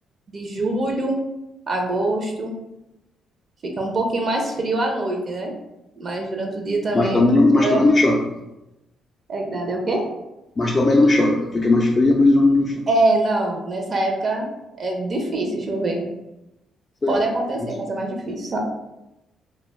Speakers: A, on the right; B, on the left.
A: de julho, agosto. Fica um pouquinho mais frio à noite, né? Mas durante o dia também
B: Mas também
A: a quentura
B: não, mas também não chove, né?
A: é grande. É o quê?
B: Mas também não chove, né? Fica mais fria, mas não, não chove.
A: É, não. Nessa época é difícil chover.
B: Certo,
A: Pode acontecer,
B: interessante.
A: mas é mais difícil, sabe?